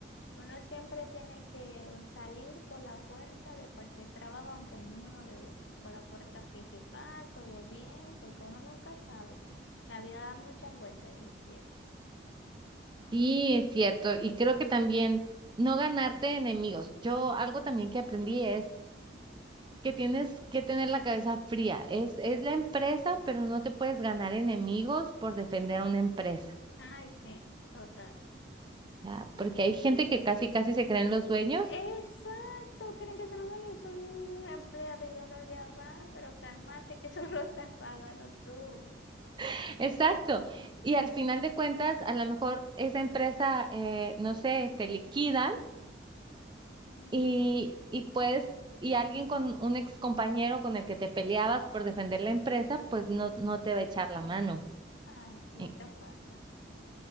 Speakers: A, on the left; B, on the right.
A: uno siempre tiene que salir por la puerta de cualquier trabajo, aunque a uno no le guste, por la puerta principal, todo bien, porque uno nunca sabe. La vida da muchas vueltas y es cierto.
B: Sí, es cierto. Y creo que también no ganarte enemigos. Yo algo también que aprendí es que tienes que tener la cabeza fría. Es, es la empresa, pero no te puedes ganar enemigos por defender a una empresa.
A: Ay, sí, total.
B: O sea, porque hay gente que casi, casi se creen los dueños.
A: Exacto, creen que son los dueños, son un empleado y uno ya va, pero cálmate que <laughs> eso no lo estás pagando tú.
B: <laughs> Exacto. Y al final de cuentas, a lo mejor esa empresa, eh, no sé, te liquidan
A: Ujú.
B: y, y puedes... Y alguien con un ex compañero con el que te peleabas por defender la empresa, pues no, no te va a echar la mano.
A: Así
B: Y,
A: se pasa.